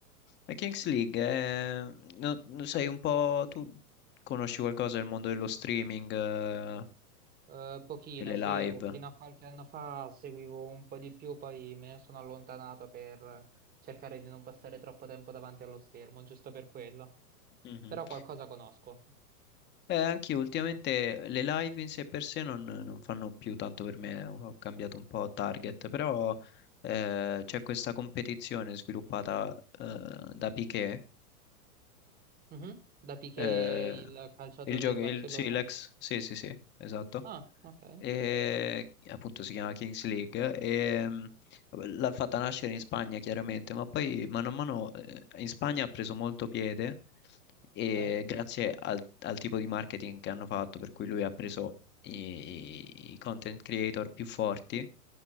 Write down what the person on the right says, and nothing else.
Eh, pochino,
sì,
fino a qualche anno fa seguivo un po' di più, poi me ne sono allontanato per cercare di non passare troppo tempo davanti allo schermo, giusto per quello.
Però qualcosa conosco.
Mhm. Da Piqué,
il calciatore
del Barcellona?
Ah, ok,
ok,